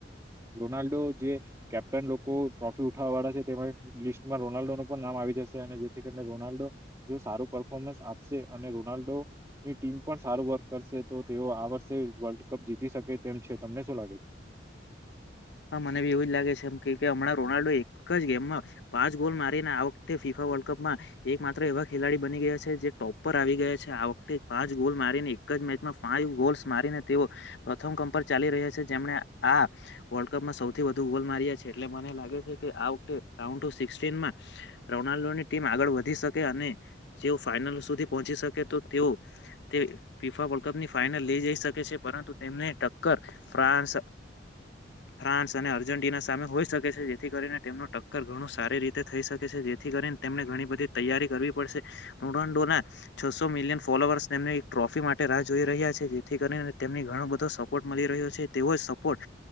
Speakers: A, on the right; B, on the left.
A: રોનાલ્ડ ડો જે કેપ્ટન લોકો ટ્રોફી ઉઠાવવા વાળા છે તેમા લિસ્ટ માં રોનાલ્ડો નુ પણ નામ આવી જશે અને જેથી કરીને રોનાલ્ડો જો સારું પરર્ફોર્મન્સ આપશે અને રોનાલ્ડો ની ટીમ પણ સારું વર્ક કરશે તો તેઓ આ વર્ષે વર્લ્ડ કપ જીતી શકે તેમ છે. તમને શું લાગે છે?
B: <inaudible> હા મને બી એવું જ લાગે છે કેમ કે હમણાં રોનાલ્ડો એક જ ગેમમાં પાંચ ગોલ મારીને આ વખતે ફિફા વલ્ડ કપમાં એક માત્ર એવા ખેલાડી બની ગયા છે, જે ટોપ પર આવી ગયા છે, આ વખતે પાંચ ગોલ મારીને એક જ મેચમાં ફાઇવ ગોલ્સ મારીને તેઓ પ્રથમ ક્રમ પર ચાલી રહ્યા છે જેમને આ વર્લ્ડ કપમાં સૌથી વધુ ગોલ માર્યા છે એટલે મને લાગે છે કે આ વકતે રાઉન્ડ ટુ સિક્સટીનમાં ર નાલ્ડોની ટીમ આગળ વધી શકે અને જેઓ ફાઈનલ સુધી પહોંચી શકે તો તેઓ તે ફીફા વર્લ્ડ કપ ની ફાઈનલ લઈ જઈ શકે છે પરંતુ તેમને ટક્કર ફ્રાન્સ ફ્રાન્સ અને અર્જેન્ટિના સામે હોઈ શકે છે જેથી કરીને તેમનું ટક્કર ઘણું સારી રીતે થઈ શકે છે જેથી કરીને તેમને ઘણી બધી તૈયારી કરવી પડશે રોનાન્ડોના છસો મિલિયન ફોલોઅર્સ તેમની એક ટ્રોફી માટે રાહ જોઈ રહ્યા છે જેથી કરીને તેમને ઘણો બધો સપોર્ટ મળી રહ્યો છે તેવો જ સપોર્ટ